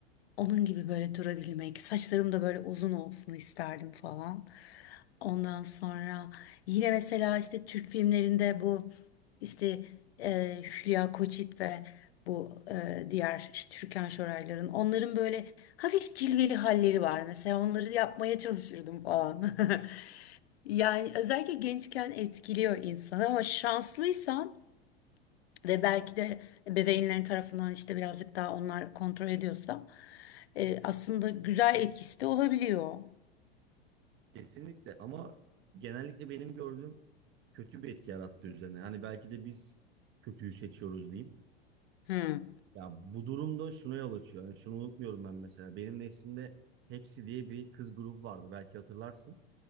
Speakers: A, on the left (about 70°); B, on the right (about 35°).
A: Onun gibi böyle durabilmek, saçlarım da böyle uzun olsun isterdim falan. Ondan sonra yine mesela işte Türk filmlerinde bu işte e, Hülya Koçit ve bu e, diğer işte Türkan Şorayların onların böyle hafif cilveli halleri var. Mesela onları yapmaya çalışırdım falan. <laughs> Yani özellikle gençken etkiliyor insanı ama şanslıysan ve belki de ebeveynlerin tarafından işte birazcık daha onlar kontrol ediyorsa e, aslında güzel etkisi de olabiliyor.
B: Kesinlikle ama genellikle benim gördüğüm kötü bir etki yarattı üzerine. Hani belki de biz kötüyü seçiyoruz diyeyim.
A: Hmm.
B: Ya bu durumda şuna yol açıyor. Yani şunu unutmuyorum ben mesela. Benim neslimde Hepsi diye bir kız grubu vardı. Belki hatırlarsın.